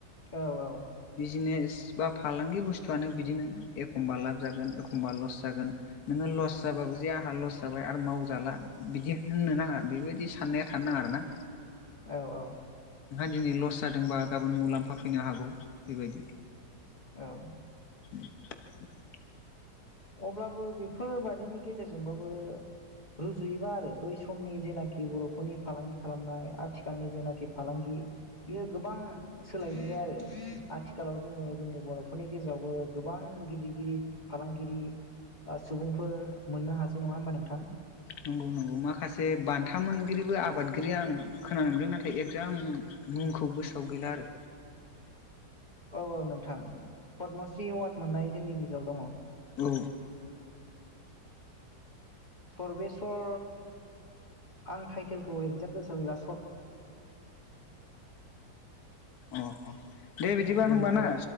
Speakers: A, on the left; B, on the left.
A: औ औ
B: बिजनेस बा फालांगि बुस्थुआनो बिदिनो एखमबा लाब जागोन एखमबा लस जागोन नोङो लस जाबाबो जे आंहा लस जाबाय आरो मावजाला बिदि होननो नाङा बेबायदि साननाया थानो नाङा आरोना‌।
A: औ औ
B: दिनै लस जादोंबा गाबोन मुलाम्फा फैनो हागौ। बेबायदि
A: औ
B: <inaudible>
A: अब्लाबो बेफोरबादिनि गेजेरजोंबाबो रुजुयोबा आरो बै समनि जेनाखि बर'फोरनि फालांगि खालामनाय आथिखालनि जेनाखि फालांगि बियो गोबां सोलायबोबाय आरो आथिखालाव जोङो जोंनि बर'फोरनि गेजेरावबो गोबां गिदिर गिदिर फालांगिरि बा सुबुंफोर मोननो हासै। नङा होमबा नोंथां?
B: नंगौ नंगौ माखासे बान्था मोनगिरिबो आबाद गिरि आं खोनानो मोनदों नाथाय एकजाग आं मुंखौ गोसोआव गैला आरो
A: औ औ नोंथां। पदमश्री एवार्ड मोननाय जोंनि गेजेराव दङ।
B: औ
A: सरबेस्वर आं टाइटेलखौ एक्जेक्ट गोसोआव गैला
B: अ अ दे बिदिबा
A: औ जोंनि
B: होमब
A: बर'
B: ना
A: औ